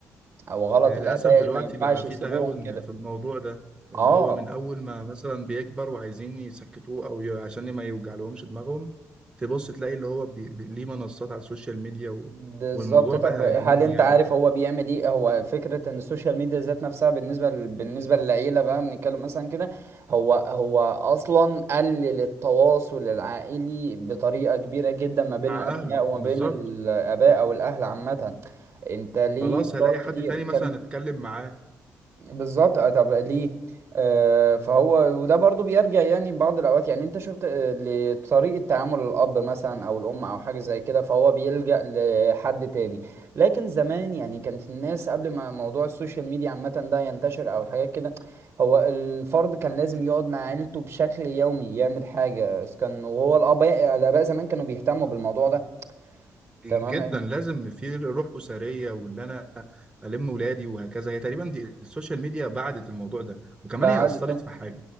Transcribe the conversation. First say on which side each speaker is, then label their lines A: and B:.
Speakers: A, on the right; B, on the right.
A: او غلط
B: للأسف
A: الاباء
B: دلوقتي
A: ما ينفعش
B: بقى
A: يسيبوهم
B: في تهاون
A: كده
B: في الموضوع ده إن
A: اه
B: هو من أول ما مثلا بيكبر وعايزين يسكتوه أو ي- عشان ما يوجعلهمش دماغهم تبص تلاقي اللي هو بي... بي... ليه منصات على السوشيال ميديا و...
A: بالظبط
B: والموضوع
A: طب
B: بقى
A: هل
B: جنون
A: انت
B: يعني
A: عارف هو بيعمل ايه هو فكره ان السوشيال ميديا ذات نفسها بالنسبه ل... بالنسبه للعيله بقى بنتكلم مثلا كده هو هو اصلا قلل التواصل العائلي بطريقه كبيره جدا ما بين
B: مع
A: الابناء
B: أهله
A: وما
B: بالظبط
A: بين الاباء او الاهل عامه انت ليه
B: خلاص
A: بتقعد
B: هلاقي حد
A: كتير
B: تاني مثلا
A: كان
B: أتكلم معاه
A: بالظبط آه، طب ليه آه فهو وده برضو بيرجع يعني بعض الاوقات يعني انت شفت آه، لطريقة تعامل الاب مثلا او الام او حاجة زي كده فهو بيلجأ لحد تاني لكن زمان يعني كانت الناس قبل ما موضوع السوشيال ميديا عامة ده ينتشر او حاجات كده هو الفرد كان لازم يقعد مع عيلته بشكل يومي يعمل حاجة إذا كان وهو الاباء الاباء زمان كانوا بيهتموا بالموضوع ده
B: جدا
A: تمام
B: لازم في روح اسريه واللي انا الم ولادي وهكذا هي تقريبا دي السوشيال ميديا بعدت الموضوع ده وكمان
A: بعد
B: هي اثرت
A: طبعا
B: في حاجه